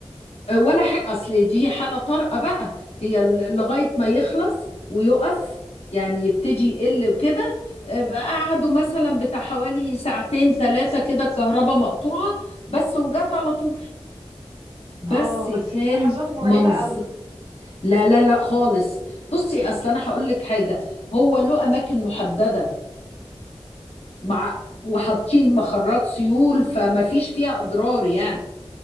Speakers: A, on the left (about 75°); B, on the right (about 65°).
A: آه، ولا حاجة أصل دي حالة طارئة بقى هي ل- لغاية ما يخلص ويقف يعني يبتدي يقل وكده آه، بقى قعدوا مثلا بتاع حوالي ساعتين ثلاثة كده الكهرباء مقطوعة بس وجت على طول بس
B: اه بس
A: كان
B: دي لحظات مرعبة
A: منظر
B: قوي
A: لا لا لا خالص بصي أصل أنا هقول لك حاجة هو له أماكن محددة مع وحاطين مخرات سيول فما فيش فيها أضرار يعني